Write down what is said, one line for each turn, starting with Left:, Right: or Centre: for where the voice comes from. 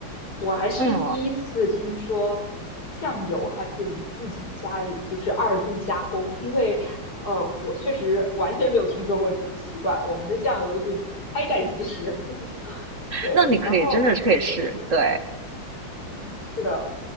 Left: 我还是第一次听说酱油还可以自己家里就是二度加工，
Right: 嗯，
Left: 因为呃，我确实完全没有听说过这种习惯。我们的酱油都是开盖即食，<laughs> 对。
Right: 那你可以真的是可以试。
Left: 然后，
Right: 对，
Left: 嗯，是的，